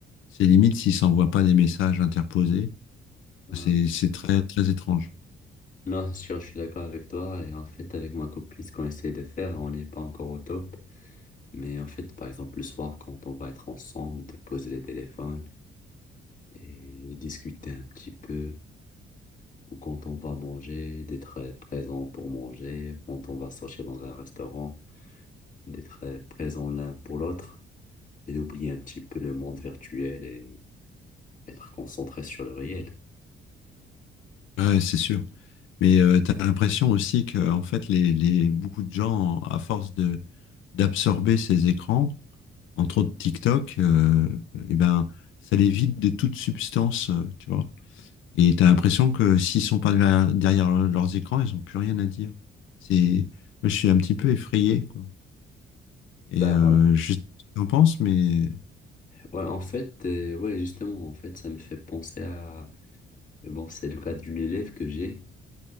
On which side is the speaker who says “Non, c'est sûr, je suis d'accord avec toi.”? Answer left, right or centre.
Left